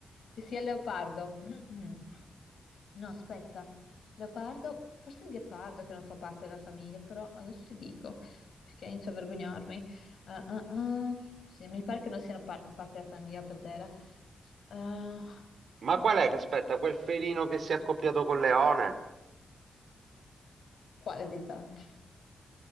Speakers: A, on the left (about 70°); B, on the right (about 70°).
A: Qui sia il leopardo. <clears throat> No, aspetta, leopardo, forse il ghepardo che non fa parte della famiglia, però adesso ti dico perché inizio a vergognarmi. Ah, ah, ah. Sì, mi pare che non siano par- parte della famiglia Pantera. Ah,
B: Ma qual è che aspetta? Quel felino che si è accoppiato col leone?
A: quale dei tanti?